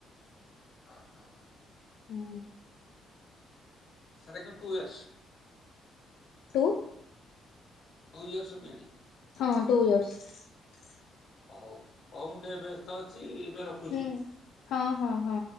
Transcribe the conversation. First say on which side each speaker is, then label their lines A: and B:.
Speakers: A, on the left; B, on the left.
A: ଓହୋ।
B: ହୁଁ।
A: Sir two years
B: two
A: two years ଟିଡ଼ି
B: ହଁ ଟୁ ଇୟର୍ସ।
A: ହଉ ହଉ ମୁଁ ଟିକେ ବ୍ୟସ୍ତ ଅଛି ଏବେ ରଖୁଚି।
B: ହୁଁ ହଁ ହଁ ହଁ।